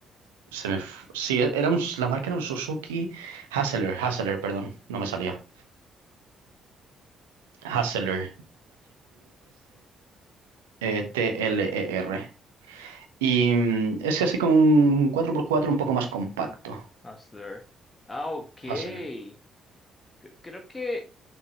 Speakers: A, on the right (about 75°); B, on the left (about 25°).
A: Se me... f- Sí, era un... la marca era un Suzuki Hassler, Hassler, perdón, no me salía. Hassler, H-U-S-T-L-E-R. Y mm, es así como un cuatro por cuatro un poco más compacto.
B: Hustler. Ah, ok. C-
A: Hustler
B: creo que